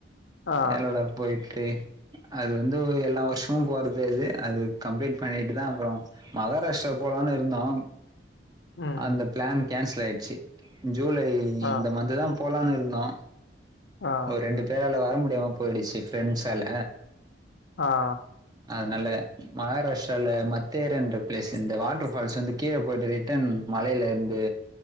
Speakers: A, on the left; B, on the right.
A: ஆ
B: கேரளா போயிட்டு அது வந்து ஒரு எல்லா வருஷமு போறது அது அது கம்ப்ளீட் பண்ணிட்டு தா அப்பறோ மகாராஷ்டிரா போலான்னு இருந்தோ
A: ம்
B: அந்த பிளான் கேன்சல் ஆயிருச்சு ஜூலை
A: ஆ
B: இந்த மந்த்து தா போலானு இருந்தோ
A: ஆ
B: ஒரு ரெண்டு பேரால வர முடியாம போயிடுச்சு ஃபிரெண்ட்ஸ்ஸால
A: ஆஹ்
B: அதனால மகாராஷ்டிரல மத்தேரன்ற பிளேஸ்சு இந்த வாட்டர்ஃபால்ஸ் வந்து கீழ போயிட்டு ரிட்டன் மலேலருந்து